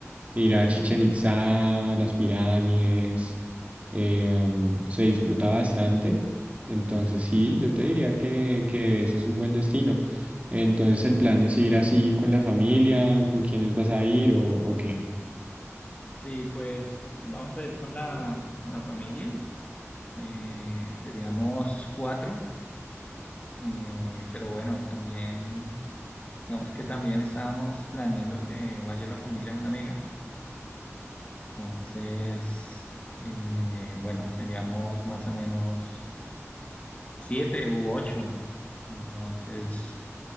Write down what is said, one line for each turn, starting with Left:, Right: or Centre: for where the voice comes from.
Right: Ir a Chichen Itzá, las pirámides, em, se disfruta bastante. Entonces sí, yo te diría que, que ese es un buen destino. Entonces el plan es ir así con la familia, ¿con quiénes vas a ir o, o qué?
Left: Sí, pues vamos a ir con la, con la familia. Eh, seríamos cuatro, eh, pero bueno, también, digamos que también estábamos planeando que vaya la familia de una amiga. Entonces, eh, bueno, seríamos más o menos siete u ocho. Entonces,